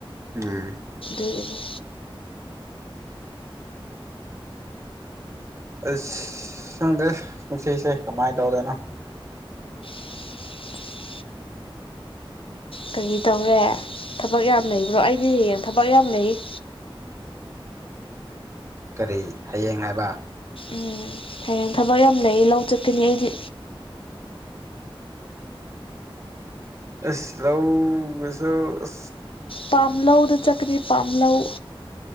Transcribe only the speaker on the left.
ꯑꯗꯨꯅꯦ
<unintelligible> ꯀꯔꯤ ꯇꯧꯔꯦ ꯊꯕꯛ ꯌꯥꯝ ꯂꯩꯕ꯭ꯔꯣ ꯑꯩꯗꯤ ꯍꯌꯦꯡ ꯊꯕꯛ ꯌꯥꯝ ꯂꯩ <unintelligible>
ꯎꯝ ꯍꯌꯦꯡ ꯊꯕꯛ ꯌꯥꯝ ꯂꯩ ꯂꯧ ꯆꯠꯀꯅꯤ ꯑꯩꯗꯤ
ꯄꯥꯝꯂꯧꯗ ꯆꯠꯀꯅꯤ ꯄꯥꯝ ꯂꯧꯧ